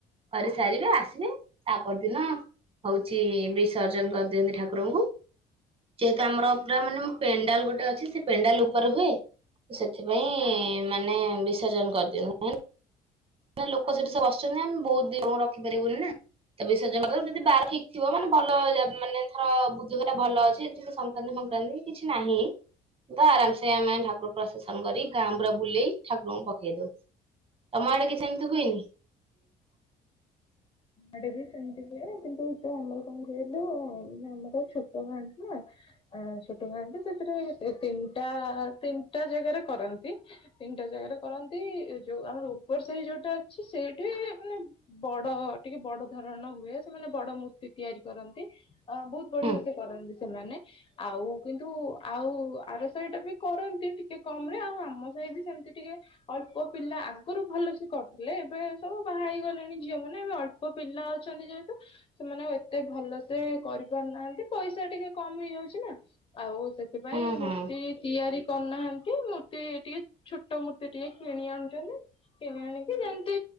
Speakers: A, on the right; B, on the left.
A: କରି ସାରିବେ ଆସିବେ ତା ପରଦିନ ହଉଛି ବିସର୍ଜନ କରିଦିଅନ୍ତି ଠାକୁରଙ୍କୁ। ଯେହେତୁ ଆମର ପୁରା ମାନେ ପେଣ୍ଡାଲ ଗୋଟେ ଅଛି ସେ ପେଣ୍ଡାଲ ଉପରେ ହୁଏ। ସେଥିପାଇଁ ମାନେ ବିସର୍ଜନ କରିଦିଅଉ। ନା ଲୋକ ସେଠି ସବୁ ଆସୁଛନ୍ତି ଆମେ ବହୁତ ଦିନ ରଖିପାରିବୁ ବୋଲି ନା। ତ ବିସର୍ଜନ ଯଦି ବାର ଠିକ ଥିବ ମାନେ ଭଲ ମାନେ ଥର ବୁଧୁବାର ଭଲ ଅଛି ଟିକ ସଂକ୍ରାନ୍ତି ଫକ୍ରାନ୍ତି କିଛି ନାହିଁ। ତ ଆରାମ ସେ ଆମେ ଠାକୁର ପ୍ରସେସନ କରି ଗାଁ ପୁୁରା ବୁଲେଇ ଠାକୁରଙ୍କୁ ପକେଇ ଦଉ। ତମ ଆଡେ କିଛି ଏମିତି ହୁଏନି? <inaudible>
B: ଆଡେ ବି ସେମିତି ହୁଏ କିନ୍ତୁ ଏ ତ ଆମର କଣ କହିଲୁ ଆମର ଛୋଟ ଗାଁ ଟା ଅ ଛୋଟ ଖାଆନ୍ତି ସେଥିରେ ତିନିଟା ତିନିଟା ଜାଗାରେ କରନ୍ତି। ତିନିଟା ଜାଗାରେ କରନ୍ତି ଯୋଉ ଆମର ଉପର ସାହି ଯୋଉଟା ଅଛି ସେଇଠି ମାନେ ବଡ ଟିକେ ବଡ ଧରଣ ର ହୁଏ ସେମାନେ ବଡ ମୂର୍ତ୍ତି ତିଆରି କରନ୍ତି। ଅ ବହୁତ ବଢିଆ
A: ହୁଁ
B: ସେ କରନ୍ତି ସେମାନେ। ଆଉ କିନ୍ତୁ ଆଉ ଆର ସାହି ଟା ବି କରନ୍ତି ଟିକେ କମ ରେ ଆଉ ଆମ ସାହି ବି ସେମତି ଟିକେ ଅଳ୍ପ ପିଲା ଆଗରୁ ଭଲସ କରୁଥିଲେ ଏବେ ସବୁ ବାହା ହେଇଗଲେଣି। ଝିଅ ମାନେ ଏ ଅଳ୍ପ ପିଲା ଅଛନ୍ତି ଯେହେତୁ ସେମାନେ ଆଉ ଏତେ ଭଲ ସେ କରିପାରୁନାହାନ୍ତି ପଇସା ଟିକେ କମି ହେଇଯାଉଛି ନା। ଆଉ ସେଥିପାଇଁ
A: ହୁଁ ହୁଁ ହୁଁ
B: ମୂର୍ତ୍ତି ତିଆରି କରୁନାହାନ୍ତି। ମୂର୍ତ୍ତି ଟିକେ ଛୋଟ ମୂତି ଟିକେ କିଣି ଆଣୁଛନ୍ତି। କିଣି ଆଣିକି ଯେମତି